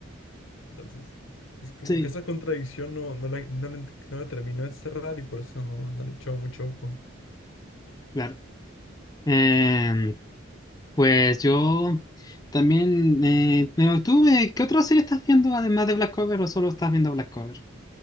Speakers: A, on the left (about 80°); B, on the left (about 20°).
A: Entonces, es como
B: sí,
A: que esa contradicción no, no la, no la, ent- no la terminó de cerrar y por eso no, no le echó mucho ojo.
B: claro. Em, Pues yo también eh, me mantuve. ¿Qué otra serie estás viendo además de Black Cover o solo estás viendo Black Cover?